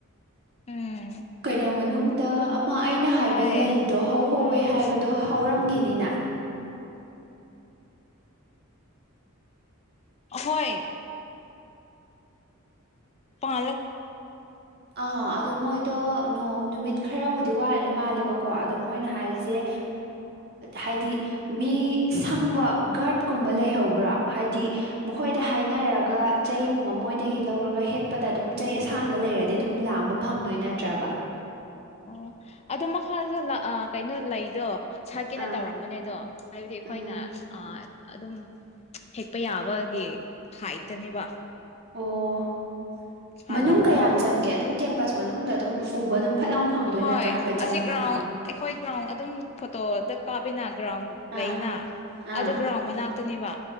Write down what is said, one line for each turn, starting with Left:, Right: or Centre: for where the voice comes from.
Left: ꯎꯝ
Right: ꯀꯩꯅꯣ ꯃꯅꯨꯡꯗ ꯑꯃ ꯑꯩꯅ ꯍꯥꯏꯕ
Left: ꯇꯥꯏꯌꯦ
Right: ꯂꯩꯗꯣ ꯍꯧ ꯍꯧꯧꯋꯦ
Left: ꯑꯥ
Right: ꯍꯥꯏꯕꯗꯣ ꯍꯧꯔꯝꯈꯤꯅꯤꯅ
Left: ꯍꯣꯏ ꯄ
Right: ꯑꯥ ꯑꯗꯣ ꯃꯣꯏꯗꯣ ꯅꯣꯡ ꯅꯨꯃꯤꯠ ꯈꯔꯕꯨꯗꯤ ꯋꯥꯠꯂꯤꯦ ꯃꯥꯜꯂꯦꯕꯀꯣ ꯑꯗꯣ ꯃꯣꯏꯅ ꯍꯥꯏꯔꯤꯁꯦ ꯍꯥꯏꯗꯤ ꯃꯤ ꯁꯪꯕ ꯒꯥꯔꯗꯀꯨꯝꯕ ꯂꯩꯍꯧꯕ꯭ꯔꯥ ꯍꯥꯏꯗꯤ ꯃꯈꯣꯏꯗ ꯍꯥꯏꯅꯔꯒ ꯆꯩꯒꯨꯝꯕ ꯃꯣꯏꯗꯒꯤ ꯂꯧꯔꯒ ꯍꯦꯛꯄꯗ ꯑꯗꯨꯝ ꯆꯩ ꯑꯁꯥꯡꯕ ꯂꯩꯔꯗꯤ ꯑꯗꯨꯝ ꯂꯥꯝꯕ ꯐꯪꯗꯣꯏ ꯅꯠꯇ꯭ꯔꯕ
Left: ꯑꯣ ꯑꯗꯣ ꯃꯈꯥꯗꯁꯨ ꯀꯩꯅꯣ ꯂꯩꯗꯣ ꯁꯥꯏꯀꯦꯅ
Right: ꯑꯥ
Left: ꯇꯧꯔꯝꯕꯅꯦ ꯑꯗꯣ ꯍꯥꯏꯕꯗꯤ ꯑꯩꯈꯣꯏꯅ
Right: ꯎꯝ
Left: ꯑꯗꯨꯝ ꯍꯦꯛꯄ ꯌꯥꯕꯒꯤ ꯍꯥꯏꯠꯇꯅꯦꯕ
Right: ꯑꯣ
Left: ꯁꯥꯠꯂꯝꯒꯅꯤꯗꯣ
Right: ꯃꯅꯨꯡ ꯀꯌꯥꯝ ꯆꯪꯒꯦ ꯑꯗꯨꯝ ꯀꯦꯝꯄꯁ ꯃꯅꯨꯡꯗ ꯑꯗꯨꯝ ꯎꯕ ꯑꯗꯨꯝ ꯐꯠ ꯂꯥꯎ ꯐꯪꯗꯣꯏ
Left: ꯍꯣꯏ
Right: ꯅꯠꯇ꯭ꯔꯣ ꯍꯥꯏꯐꯦꯠ ꯆꯪꯉꯒ
Left: ꯑꯁꯤ ꯒ꯭ꯔꯥꯎꯟ
Right: ꯑꯥ
Left: ꯑꯩꯈꯣꯏ ꯒ꯭ꯔꯥꯎꯟ ꯑꯗꯨꯝ ꯐꯣꯇꯣꯗ ꯀꯥꯞꯃꯤꯅ ꯒ꯭ꯔꯥꯎꯟ
Right: ꯑꯥ
Left: ꯂꯩꯅ
Right: ꯑꯥ
Left: ꯑꯗꯨ ꯒ꯭ꯔꯥꯎꯟ ꯃꯅꯥꯛꯇꯅꯦꯕ